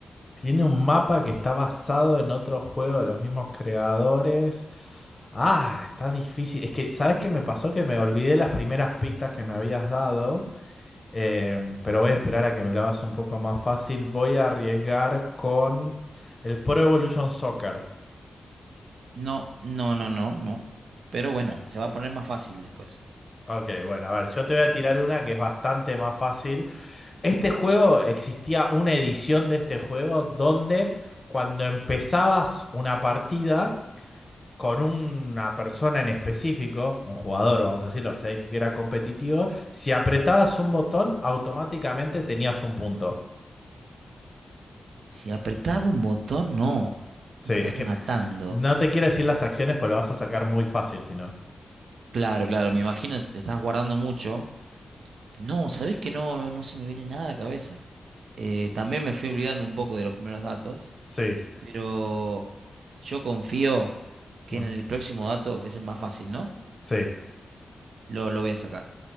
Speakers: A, on the left (about 30°); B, on the right (about 85°).
A: Tiene un mapa que está basado en otro juego de los mismos creadores. Ah, está difícil. Es que, ¿sabes qué me pasó? Que me olvidé las primeras pistas que me habías dado, em, pero voy a esperar a que me lo hagas un poco más fácil. Voy a arriesgar con el Pro Evolution Soccer.
B: No, no, no, no, no. Pero bueno, se va a poner más fácil después.
A: Ok, bueno, a ver, yo te voy a tirar una que es bastante más fácil. Este juego, existía una edición de este juego donde cuando empezabas una partida con una persona en específico, un jugador, vamos a decirlo, ya dije que era competitivo, si apretabas un botón, automáticamente tenías un punto.
B: Si apretaba un botón, no.
A: Sí,
B: Me estás
A: es que
B: Sí. matando.
A: no te quiero decir las acciones, pues lo vas a sacar muy fácil, si no.
B: Claro, claro, me imagino te estás guardando mucho. No, ¿sabés que no, no, no se me viene nada a la cabeza? Eh, también me fui olvidando un poco de los primeros datos,
A: Sí,
B: pero yo confío que
A: Mm.
B: en el próximo dato, que es el más fácil, ¿no?
A: sí,
B: Lo, lo voy a sacar.